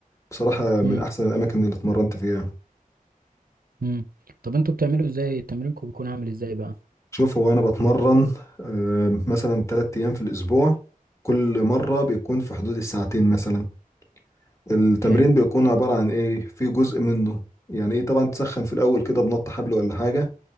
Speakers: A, on the left; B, on the right.
A: بصراحة من
B: امم
A: أحسن الأماكن اللي اتمرنت فيها
B: امم طب انتوا بتعملوا ازاي تمرينكم بيكون عامل ازاي بقى
A: شوف هو أنا بتمرن آه، مثلا تلات أيام في الأسبوع كل مرة
B: مم.
A: بيكون في حدود الساعتين مثلا التمرين
B: حلو
A: بيكون عبارة عن إيه في جزء منه يعني إيه طبعا تسخن في الأول كده بنط حبل ولا حاجة